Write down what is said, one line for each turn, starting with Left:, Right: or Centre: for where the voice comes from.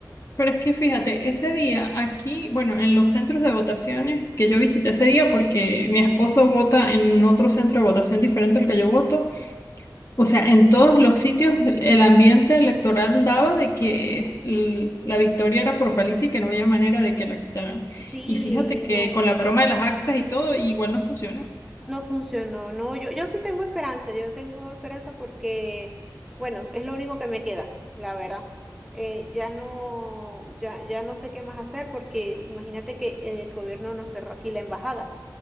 Left: pero es que fíjate, ese día aquí, bueno, en los centros de votaciones que yo visité ese día, porque mi esposo vota en otro centro de votación diferente al que yo voto, O sea, en todos los sitios el el ambiente electoral daba de que l- la victoria era por paliza y que no había manera de que la quitaran.
Centre: Sí,
Left: Y fíjate que
Centre: no,
Left: con la broma de las actas y todo, igual no funcionó.
Centre: no funcionó, no, yo, yo sí tengo esperanza, yo tengo esperanza porque, bueno, es lo único que me queda, la verdad. Eh, ya no, ya, ya no sé qué más hacer porque imagínate que el gobierno nos cerró aquí la embajada.